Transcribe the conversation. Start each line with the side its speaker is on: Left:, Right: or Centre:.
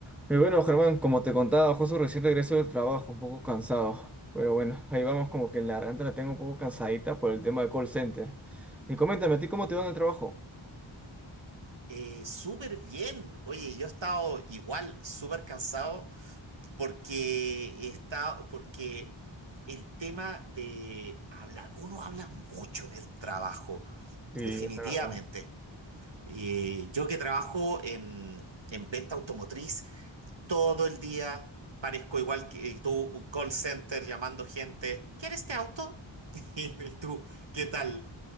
Centre: Pero bueno, Germán, como te contaba, justo recién regreso del trabajo, un poco cansado. Pero bueno, ahí vamos, como que la garganta la tengo un poco cansadita por el tema del call center. Y coméntame, ¿a ti cómo te va en el trabajo?
Right: Eh, súper bien. Oye, yo he estado igual, súper cansado, porque he estado, porque el tema de hablar, uno habla mucho en el trabajo,
Centre: Sí,
Right: definitivamente.
Centre: es la verdad.
Right: Eh, yo que trabajo en, en venta automotriz, todo el día parezco igual que tú, un call center llamando gente, ¿quieres este auto? <laughs> Y tú, ¿qué tal?